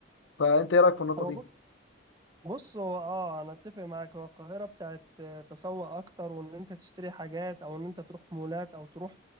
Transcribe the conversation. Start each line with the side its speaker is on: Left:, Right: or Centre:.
Left: فانت ايه رايك في النقطه
Right: هو
Left: دي؟
Right: بص هو اه انا اتفق معاك هو القاهره بتاعت آه، تسوق اكتر وان انت تشتري حاجات او ان انت تروح مولات او تروح